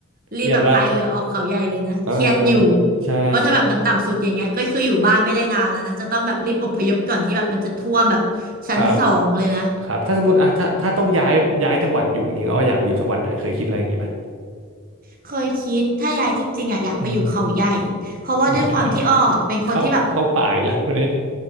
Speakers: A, on the right; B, on the right.
A: เครียดปะ
B: รีบแบบพายเรือออกเขาใหญ่เลยนะเครียดอยู่
A: เออใช่
B: เพราะถ้าแบบมันต่ำสุดอย่างเงี้ยก็คืออยู่บ้านไม่ได้นานแล้วนะจะต้องแบบรีบอพยพก่อนที่แบบมันจะท่วมแบบชั้นสองเลยนะ
A: <laughs> ครับ ครับถ้าสมมติอ่ะถ้าถ้าต้องย้ายย้ายจังหวัดอยู่จริงๆก็อยากไปอยู่จังหวัดไหนเคยคิดอะไรอย่างนี้ไหม
B: เคยคิดถ้าย้ายจริงๆอ่ะอยากไปอยู่เขาใหญ่
A: อืม
B: เพราะว่าด้วยความที่อ้อเป็นคนที่แบบ
A: <laughs> เข้าเข้าป่าอีกแล้วคนนี้